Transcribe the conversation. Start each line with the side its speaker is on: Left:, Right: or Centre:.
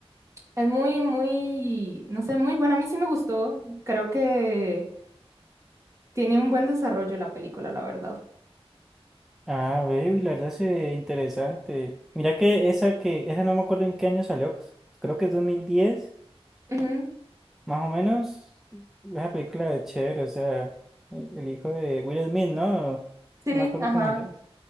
Right: es muy, muy, no sé, muy bueno. A mí sí me gustó. Creo que tiene un buen desarrollo la película, la verdad.
Centre: Ah, veo y la verdad se ve interesante. Mira que esa que, esa no me acuerdo en qué año salió. Creo que es 2010
Right: Ujú,
Centre: más o menos. Esa película de chévere, o sea, el, el hijo de Will Smith, ¿no?
Right: Sí,
Centre: No me acuerdo
Right: ajá.
Centre: cómo se llama.